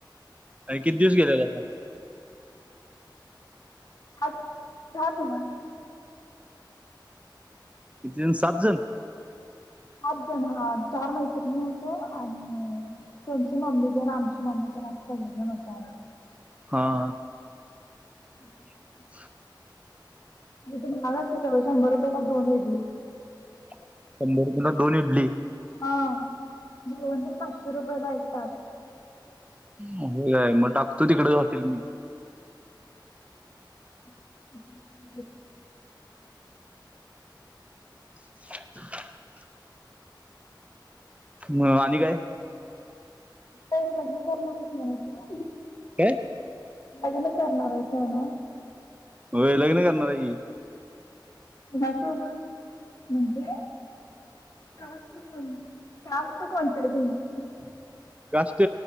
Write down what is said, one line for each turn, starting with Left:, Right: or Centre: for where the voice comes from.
Right: आणि किती दिवस गेलेलां सा?
Left: सहा दिवस.
Right: किती जण. सात जण?
Left: आठ जण ह. चार मैत्रिणी होतो. आणि त्यांची मम्मी तेन आमची मम्मी तेन अस सगळेजण होतो आम्ही.
Right: हा..
Left: <unintelligible>
Right: <inaudible>
Left: मी तुम्हाला सुचवल शंभर रुपयाला दोन इडली.
Right: शंभर रुपयंला दोन इडली?
Left: हा.. दिवसभर पाचशे रुपये भेटतात.
Right: होय मग टाकतो तिकडच हॉटेल मी.
Left: <inaudible>
Right: <inaudible> मग आणि काय?
Left: तेच लग्न कर म्हंटल नवं तिला.
Right: काय
Left: लग्न करणार आहेस म्हण?
Right: होय लग्न करणार हाय कि.
Left: कुणासोबत? म्हणजे कास्ट कोण कास्ट कोणती. कधी.
Right: कास्ट.